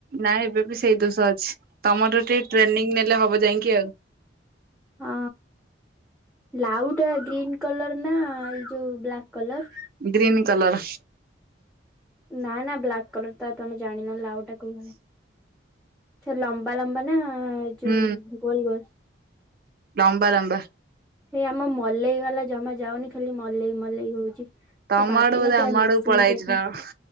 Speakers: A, on the right; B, in the centre.
A: ନାାଇଁ ଏବେ ବି ସେଇ ଦୋଷ ଅଛି ତମଠୁ ଟିକେ ଟ୍ରେନିଂ ନେଲେ ହବ ଯାଇକି ଆଉ
B: ହଁ ଲାଉ ଟା ଗ୍ରୀନ କଲର ନା ଏଇ ଯୋଉ ବ୍ଲାକ୍ କଲର
A: ଗ୍ରୀନ୍ କଲର
B: ନା ନା ବ୍ଲାକ୍ କଲର ଟା ତମେ ଜାଣିନ ଲାଉ ଟା କୋଉ କଲର୍? ସେ ଲମ୍ବା ଲମ୍ବା ନା, ଯୋଉ
A: ହୁଁ
B: ଗୋଲ ଗୋଲ?
A: ଲମ୍ବା ଲାମ୍ବା।
B: ସେଇ ଆମ ମଲେଇ ବାଲା ଜମା ଯାଉନି ଖାଲି ମଲେଇ ମଲେଇ ହଉଛି
A: ତମ
B: ତା ପାଟି
A: ଆଡୁ ବୋଧେ
B: ନା ସେଟା
A: ଆମ
B: ମେସିନି
A: ଆଡ଼କୁ ପଳେଇଆଇଛି
B: କେଜାଣି।
A: ନା କଣ